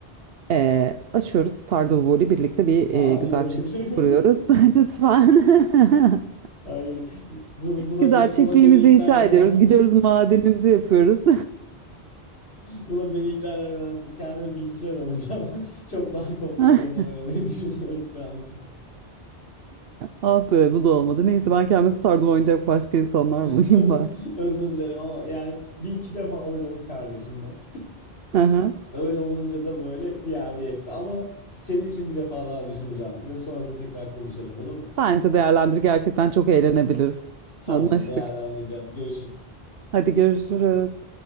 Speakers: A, on the right (about 65°); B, on the left (about 75°).
A: Ee, açıyoruz Stardew Valley birlikte bir
B: Hayır.
A: e, güzel çift
B: <laughs>
A: kuruyoruz. <laughs> Lütfen. <laughs>
B: Hayır. Buna, buna,
A: Güzel
B: be-
A: çiftliğimizi
B: buna beni ikna
A: inşa
B: edemezsin.
A: ediyoruz. Gidiyoruz madenimizi yapıyoruz.
B: <laughs> Buna beni ikna edemezsin. Kendime bilgisayar alacağım. <laughs> Çok daha kompleks
A: <laughs>
B: oyunlar oynamayı düşünüyorum şu an için.
A: Ah be bu da olmadı. Neyse ben kendime Stardew oynayacak başka insanlar
B: <laughs>
A: bulayım bari.
B: Özür dilerim ama yani bir iki defa oynadım kardeşimle.
A: Aha.
B: Öyle olunca da böyle bir yerde yetti ama senin için bir defa daha düşüneceğim ve sonrasında tekrar konuşalım olur mu?
A: Bence değerlendir gerçekten çok eğlenebiliriz.
B: Tamam
A: Anlaştık.
B: değerlendireceğim. Görüşürüz.
A: Hadi görüşürüz.